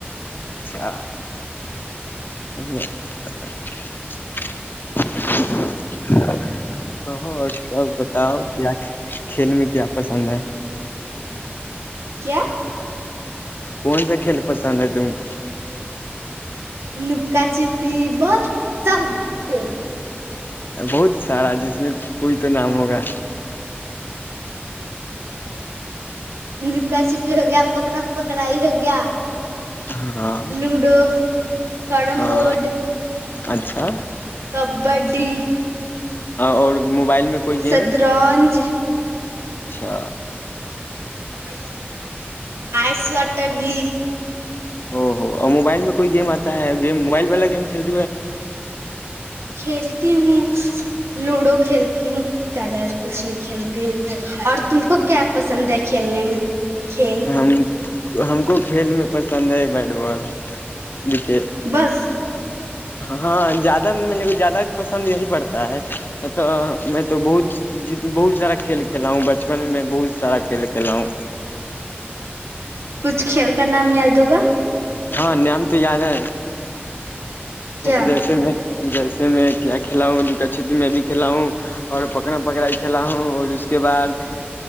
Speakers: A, on the left (about 55°); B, on the right (about 85°).
A: اچھا ا <unintelligible> کہو اور سب بتاؤ کیا کھیل میں کیا پسند ہے
B: کیا
A: کون سا کھیل پسند ہے تم کو
B: لوکا چپی بہت سب کل
A: بہت سارا جس میں کوئی تو نام ہوگا
B: لوکا چپی ہو گیا پکڑا پکڑاائی ہو گیا
A: ہاں
B: لوڈو کرڑم
A: ہاں
B: بورڈ
A: اچھا
B: کبڈی
A: اور موبائل میں کوئی گیم
B: سترنج
A: اچھا
B: وار آئس واٹر بھی
A: ا اور موبائل میں کوئی گیم آتا ہے گ موبائل والا گیم کھیلتا
B: کھیلتی ہوں لوڈو کھیلتی ہوں زیادہ کچھ نہیں کھیلتی ہ اور تم کو کیا پسند ہے کھیلنے میں کھیل
A: ہم ہم کو کھیل میں پسند ہے بیٹ بال کرکٹ
B: بس
A: ہاں زیادہ مے کو زیادہ پسند یہی پڑتا ہے تو میں تو بہت بہت سارا کھیل کھیلا ہوں بچپن میں میں بہت سارا کھیل کھیلا ہوں
B: کچھ کھیل کا نام یاد ہوگا
A: ہاں نام تو یاد ہے
B: کیا
A: جیسے میں جیسے میں کیا کھلا ہوں لکا چھپی میں بھی کھلا ہوں اور پکڑا پکڑا کھلا ہوں اور اس کے بعد